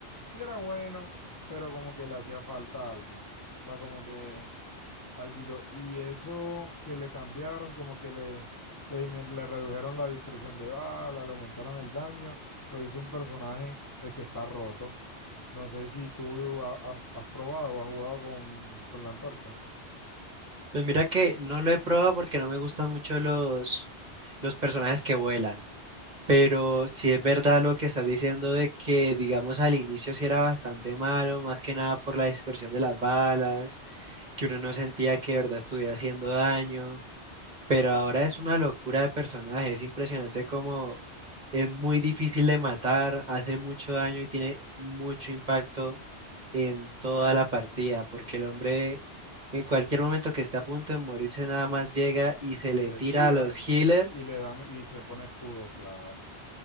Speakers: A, on the left; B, on the right.
A: sí era bueno, pero como que le hacía falta algo, o sea, como que alguito. Y eso que le cambiaron, como que le, le, dimin- le redujeron la dispersión de bala, le aumentaron el daño, lo hizo un personaje pues que está roto. No sé si tú ha- ha- has probado o has jugado con, con la antorcha.
B: Pues mira que no lo he probado porque no me gustan mucho los, los personajes que vuelan, pero sí es verdad lo que estás diciendo de que, digamos, al inicio sí era bastante malo, más que nada por la dispersión de las balas, que uno no sentía que de verdad estuviera haciendo daño, pero ahora es una locura de personaje, es impresionante como es muy difícil de matar, hace mucho daño y tiene mucho impacto en toda la partida, porque el hombre en cualquier momento que esté a punto de morirse nada más llega y se
A: Y
B: le
A: se
B: tira
A: tira
B: a los healers,
A: y le dan y se pone escudo, claro.